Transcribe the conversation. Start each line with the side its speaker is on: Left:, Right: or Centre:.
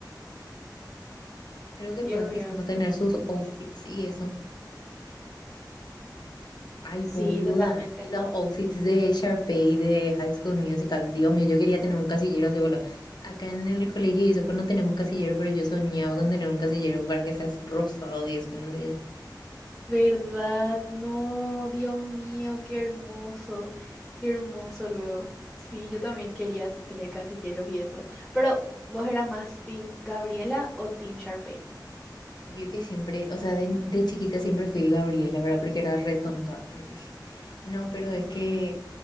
Left: Creo que
Centre: Dios
Left: todas
Centre: mío.
Left: quisimos tener sus outfits y eso. Ay,
Centre: Sí,
Left: boluda.
Centre: totalmente.
Left: Y los outfits de Sharpay de High School Musical. Dios mío, yo quería
Centre: <laughs>
Left: tener un casillero así, boludo. Acá en el colegio y eso, pues no tenemos casilleros, pero yo soñaba con tener un casillero para que sea así rosado y es como el de ella.
Centre: ¿Verdad? No, Dios mío, qué hermoso, qué hermoso luego. Sí, yo también quería así tener casilleros y eso. Pero, ¿vos eras más Team Gabriela o Team Sharpay?
Left: Obvio que siempre, o sea, de, de chiquita siempre fui Gabriela, ¿verdad? Porque era re tonta. Mm. No, pero
Centre: Ujú,
Left: es que